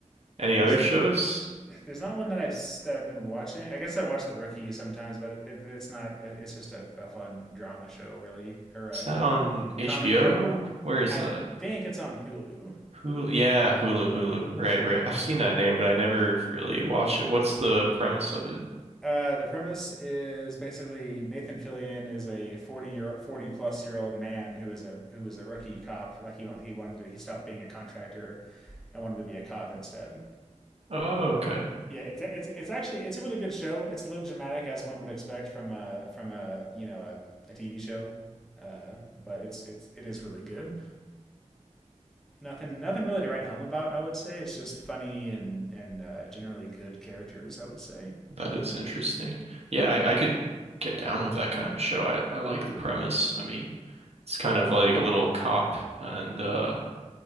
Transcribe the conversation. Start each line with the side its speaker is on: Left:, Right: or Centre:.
Right: Any
Centre: There's
Right: other shows?
Centre: there's not one that I've that I've been watching. I guess I watch The Rookie sometimes, but it, it's not. it's just a, a fun drama show, really, or a
Right: Is that
Centre: co-
Right: on HBO?
Centre: comedy drama.
Right: Where is
Centre: I
Right: that?
Centre: think it's on Hulu.
Right: Hulu, yeah, Hulu, Hulu. Right, right. I've seen that name, but I never really watched it. What's the premise of it?
Centre: Uh, the premise is basically Nathan Fillion is a forty year forty plus year old man who is a who is a rookie cop. Like he want, he wanted to he stopped being a contractor and wanted to be a cop instead.
Right: Oh, okay.
Centre: yeah, it's it's it's actually it's a really good show. It's a little dramatic as one would expect from a from a you know a, TV show, uh, but it's it's it is really good. Nothing nothing really to write home about. I would say it's just funny and and uh, generally good characters. I would say
Right: That is interesting. Yeah, I, I could get down with that kind of a show. I, I like the premise. I mean, it's kind of like a little cop and uh